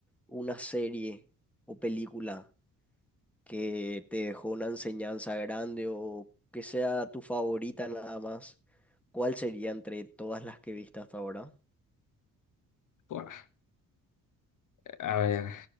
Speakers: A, in the centre; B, on the left.
A: una serie o película que te dejó una enseñanza grande o que sea tu favorita nada más, ¿cuál sería entre todas las que viste hasta ahora?
B: Buah, a ver,